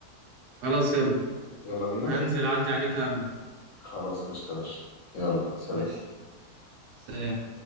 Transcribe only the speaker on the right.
خلاص يلا
انزل اعدي عليك قبلك
ماشي سلام